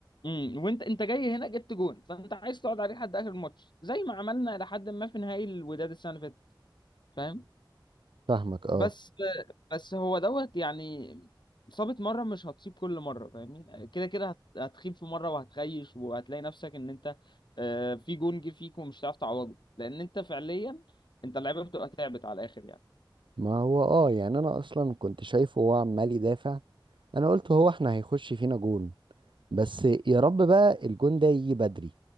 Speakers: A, on the left (about 65°); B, on the right (about 75°).
A: امم وانت انت جاي هنا جبت جون فانت عايز تقعد عليه لحد اخر الماتش زي ما عملنا لحد ما في نهائي الوداد السنة اللي فاتت فاهم
B: فاهمك اه
A: بس بس هو دوت يعني صابت مرة مش هتصيب كل مرة فاهمني كده كده هت- هتخيب في مرة وهتخيش وهتلاقي نفسك ان انت آه، في جون جه فيك ومش هتعرف تعوضه لان انت فعليا انت اللعيبة بتبقى تعبت على الاخر
B: ما هو اه يعني انا اصلا كنت شايفه هو عمال يدافع انا قلت هو احنا هيخش فينا جون بس يا رب بقى الجون ده يجي بدري